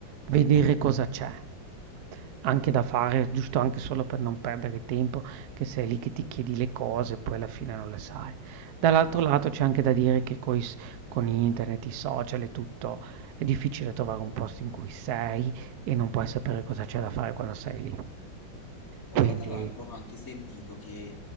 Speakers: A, on the right; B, on the left.
A: vedere cosa c'è, anche da fare, giusto anche solo per non perdere tempo, che sei lì che ti chiedi le cose e poi alla fine non le sai. Dall'altro
B: Ballo.
A: lato c'è anche da dire che coi s- con internet, i social e tutto, è difficile trovare un posto in cui sei e non puoi sapere cosa c'è da fare quando sei lì.
B: Allora,
A: Quindi,
B: tra l'altro ho anche sentito che,